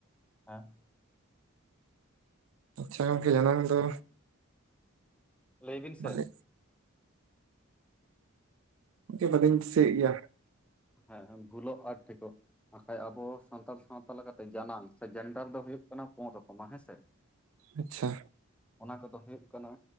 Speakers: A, in the centre; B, on the right.
A: ᱦᱮᱸ᱾
B: ᱟᱪᱪᱷᱟ ᱜᱚᱝᱠᱮ ᱡᱟᱱᱟᱝ ᱫᱚ
A: ᱞᱟᱹᱭᱵᱤᱱ ᱥᱮ?
B: ᱵᱟᱞᱮ ᱜᱚᱝᱠᱮ ᱵᱟᱹᱞᱤᱧ ᱫᱤᱥᱟᱹᱭᱮᱜ ᱜᱮᱭᱟ᱾
A: ᱦᱮᱸᱻᱦᱮᱸᱻ ᱵᱷᱩᱞᱳᱜ ᱟᱨ ᱴᱷᱤᱠᱳᱜ᱾ ᱦᱟᱸᱠᱷᱟᱡ ᱟᱵᱚ ᱥᱟᱱᱛᱟᱲ ᱥᱟᱶᱛᱟ ᱞᱮᱠᱟᱛᱮ ᱡᱟᱱᱟᱝ ᱥᱮ ᱡᱮᱱᱰᱟᱨ ᱫᱚ ᱦᱩᱭᱩᱜ ᱠᱟᱱᱟ, ᱯᱩᱱ ᱨᱚᱠᱚᱢᱟ ᱦᱮᱸ ᱥᱮ᱾
B: ᱟᱪᱪᱷᱟ
A: ᱚᱱᱟ ᱠᱚᱫᱚ ᱦᱩᱭᱩᱜ ᱠᱟᱱᱟ